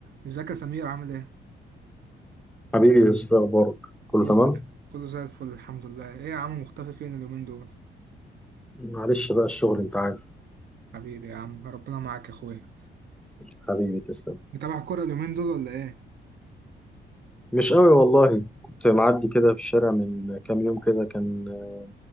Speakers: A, on the right; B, in the centre.
A: ازيك يا سمير عامل ايه؟
B: حبيبي يوسف إيه اخبارك كله
A: كله
B: تمام
A: زي كله زي الفل الحمد لله، ايه يا عم مختفي فين اليومين دول؟
B: معلش بقى الشغل انت عارف
A: حبيبي يا عم ربنا معاك يا اخويا.
B: حبيبي تسلم
A: متابع كورة اليومين دول ولا ايه؟
B: مش قوي والله كنت معدي كده في الشارع من كام يوم كده كان آه،